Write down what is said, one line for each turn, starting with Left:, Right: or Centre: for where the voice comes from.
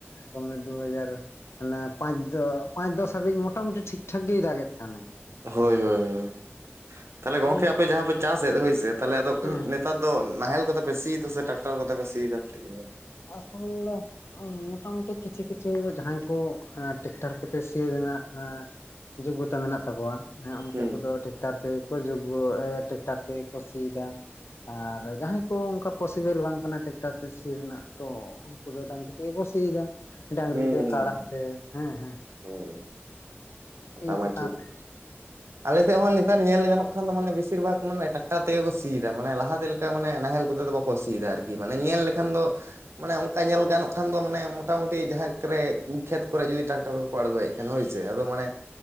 Left: ᱠᱟᱵ ᱢᱮ ᱫᱩ ᱦᱟᱡᱟᱨ ᱚᱱᱮ ᱯᱟᱸᱪ ᱫᱚ ᱯᱟᱸᱪ ᱫᱚᱥ ᱦᱟᱹᱵᱤᱡ ᱢᱚᱴᱟᱼᱢᱩᱴᱤ ᱴᱷᱤᱠ ᱴᱷᱟᱠ ᱜᱮᱭ ᱫᱟᱜᱮᱜ ᱛᱟᱦᱮᱸ ᱱᱟᱭ᱾
Right: ᱦᱳᱭ ᱦᱳᱭ ᱦᱳᱭ, ᱛᱟᱦᱚᱞᱮ
Left: ᱱᱚᱜᱼᱚᱭ
Right: ᱜᱚᱝᱠᱮ ᱟᱯᱮ ᱡᱟᱦᱟᱸ ᱯᱮ ᱪᱟᱥᱮᱫ ᱦᱳᱭ ᱥᱮ ᱛᱟᱦᱚᱞᱮ ᱟᱫᱚᱜ
Left: ᱦᱮᱸ
Right: ᱱᱮᱛᱟᱨ ᱫᱚ ᱫᱚ ᱱᱟᱦᱮᱞ ᱠᱚᱛᱮ ᱯᱮ ᱥᱤᱭ ᱫᱟ ᱥᱮ ᱴᱨᱟᱠᱴᱟᱨ ᱠᱚᱛᱮ ᱯᱮ ᱥᱤᱭ ᱫᱟ ‌ᱠᱟᱹᱴᱤᱡ ᱞᱟᱭ ‌ᱢᱮ?
Left: ᱟᱥᱚᱞ ᱫᱚ ᱚᱸ ᱢᱟᱴᱟᱼᱢᱩᱴᱤ ᱠᱤᱪᱷᱩ ᱠᱤᱪᱷᱩ ᱡᱟᱦᱟᱸᱭ ᱠᱚ ᱦᱮᱸ ᱴᱮᱠᱴᱟᱨ ᱠᱚᱛᱮ ᱥᱤ ᱨᱮᱱᱟᱜ ᱮᱸ ᱡᱳᱜᱚᱛᱟ ᱢᱮᱱᱟᱜ ᱛᱟᱵᱳᱣᱟ᱾ ᱦᱮᱸ ᱩᱱᱠᱩ
Right: ᱦᱩᱸ
Left: ᱠᱚᱫᱚ ᱴᱮᱠᱴᱟᱨ ᱛᱮᱜᱮ ᱠᱚ ᱡᱳᱜᱳ ᱮ ᱴᱮᱠᱴᱟᱨ ᱛᱮᱜᱮ ᱠᱚ ᱥᱤᱭ ᱫᱟ᱾ ᱟᱨ ᱡᱟᱦᱟᱸᱭ ᱠᱚ ᱚᱱᱠᱟ ᱯᱳᱥᱤᱵᱮᱞ ᱵᱟᱝ ᱠᱟᱱᱟ ᱴᱮᱠᱴᱟᱨ ᱛᱮ ᱥᱤ ᱨᱮᱱᱟᱜ᱾ ᱛᱚ ᱩᱱᱠᱩ ᱫᱚ ᱰᱟᱝᱨᱤ ᱛᱮᱜᱮ ᱠᱚ ᱥᱤᱭ ᱫᱟ᱾ ᱰᱟᱝᱨᱤ
Right: ᱦᱩᱸ
Left: ᱛᱮ ᱠᱟᱲᱟ ᱛᱮ ᱦᱮᱸ ᱦᱮᱸ
Right: ᱦᱩᱸ ᱠᱟᱛᱷᱟ
Left: ᱤᱭᱟᱹ
Right: ᱢᱟ
Left: ᱪᱮᱛᱟᱱ
Right: ᱴᱷᱤᱠ
Left: ᱨᱮ᱾
Right: ᱟᱞᱮ ᱥᱮᱫ ᱦᱚᱸ ᱱᱮᱛᱟᱨ ᱧᱮᱞ ᱜᱟᱱᱚᱜ ᱠᱷᱟᱱ ᱫᱚ ᱢᱟᱱᱮ ᱵᱮᱥᱤᱨ ᱵᱷᱟᱜᱽ ᱢᱟᱱᱮ ᱴᱟᱜ ᱴᱟᱨ ᱛᱮᱜᱮ ᱠᱚ ᱥᱤᱫ ᱮᱫᱟ ᱢᱟᱱᱮ ᱞᱟᱦᱟ ᱛᱮ ᱞᱮᱠᱟ ᱢᱟᱱᱮ ᱱᱟᱦᱮᱞ ᱠᱚᱛᱮ ᱫᱚ ᱵᱟᱠᱚ ᱥᱤ ᱥᱤᱭ ᱫᱟ ᱟᱨᱠᱤ ᱢᱟᱱᱮ ᱧᱮᱞ ᱞᱮᱠᱷᱟᱱ ᱫᱚ ᱢᱟᱱᱮ ᱚᱱᱠᱟ ᱧᱮᱞ ᱜᱟᱱᱚᱜ ᱠᱷᱟᱱ ᱫᱚ ᱢᱟᱱᱮ ᱢᱚᱴᱟᱢᱩᱴᱤ ᱴᱤᱡ ᱡᱟᱦᱟᱸ ᱠᱚᱨᱮ ᱠᱷᱮᱛ ᱠᱚᱨᱮ ᱡᱩᱫᱤ ᱴᱨᱟᱠᱴᱚᱨ ᱠᱚᱠᱚ ᱟᱲᱜᱚᱭᱮᱫ ᱠᱷᱟᱱ ᱦᱳᱭᱥᱮ ᱟᱫᱚ ᱢᱟᱱᱮ